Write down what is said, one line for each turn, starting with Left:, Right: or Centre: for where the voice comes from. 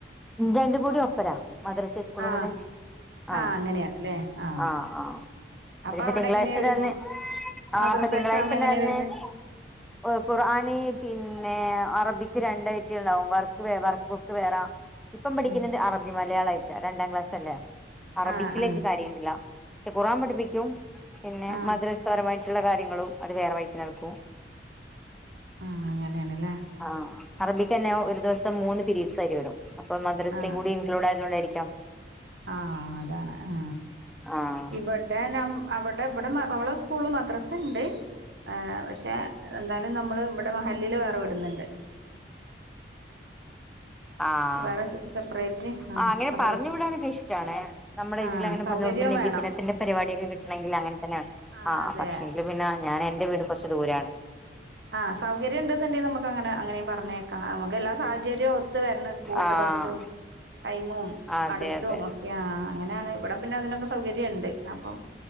Centre: രണ്ടും കൂടി ഒപ്പരാ മദ്രസ സ്കൂളും
Right: ആഹ്
Centre: കൂടെ ആഹ്.
Right: ആഹ് അങ്ങനെയാണല്ലേ ആഹ്.
Centre: ആഹ് ആഹ്
Right: അപ്പൊ
Centre: <unintelligible>
Right: അവിടെ എങ്ങനെയാ ഒരുക്കും മദ്രസ എക്സാം എങ്ങനെയാ വരുന്നെ
Centre: ഖുർആന് പിന്നെ അറബിക്ക് രണ്ടയിറ്റംണ്ടാവും വർക്ക് വർക്ക് ബുക്ക് വേറെ ഇപ്പം പഠിക്കുന്നത്
Right: ആഹ്
Centre: അറബി മലയാളായിട്ടാ രണ്ടാം ക്ലാസ് അല്ലേ അറബിക്കിലേക്ക്
Right: ആഹ് ആഹ്
Centre: കാര്യ ഇല്ല, പക്ഷെ ഖുറാൻ പഠിപ്പിക്കും പിന്നെ
Right: ആഹ്
Centre: മദ്രസപരമായിട്ട് മറ്റുള്ള കാര്യങ്ങളും അത് വേറെ വഴിക്ക് നടക്കും.
Right: ആ അങ്ങനെയാണ്ല്ലേ.
Centre: ആഹ്, അറബിക്ക് ന്നെ ഒരു ദിവസം മൂന്ന് പീരീഡ്സ് ആയിട്ട് വരും. അപ്പൊ മദ്രസിം
Right: ആഹ്
Centre: കൂടി ഇൻക്ലൂഡ് ആയതുകൊണ്ടായിരിക്കാം.
Right: ആഹ് അതാണ് ആ.
Centre: ആഹ്
Right: ഇവടെ നാം അവടെ ഇവടെ അവള സ്കൂള് മദ്രസണ്ട്. ആഹ്, പക്ഷെ എന്താലും നമ്മള് ഇവടെ മഹല്ലില് വേറെ വിടുന്നുണ്ട്.
Centre: ആഹ്,
Right: വേറെ സെപ്പറേറ്റ് ആഹ്
Centre: ആ അങ്ങനെ
Right: മദ്രസ്
Centre: പറഞ്ഞു വിടാനൊക്കെ ഇഷ്ടാണ് നമ്മടെ
Right: ആഹ്
Centre: ഇതിൽ അങ്ങനെ
Right: സൗകര്യം
Centre: പറഞ്ഞു വിടുമ്പ നബിതിന
Right: വേണം
Centre: ത്തിന്റെ പരിപാടിയൊക്കെ കിട്ടണെങ്കി അങ്ങനെ തന്നെയാണ്.
Right: ആഹ്
Centre: ആ
Right: അതെ
Centre: പക്ഷെങ്കിൽ പിന്നെ ഞാൻ എന്റെ വീട് കുറച്ച് ദൂരെയാണ്.
Right: ആഹ്, സൗകര്യം ഇണ്ട്ന്നുണ്ടങ്കി നമ്മക്ക് അങ്ങന അങ്ങനിം പറഞ്ഞയക്കാം അമ്മക്കെല്ലാ സാഹചര്യം ഒത്ത് വരണം സ്കൂൾന്റെ
Centre: ആഹ്
Right: ബസ്സും ടൈമും
Centre: അതെ
Right: അടുത്തും
Centre: അതെ
Right: ഒ ആ അങ്ങനെയാണ് ഇവിടെ പിന്നെ അതിനൊക്കെ സൗകര്യണ്ട് അപ്പൊ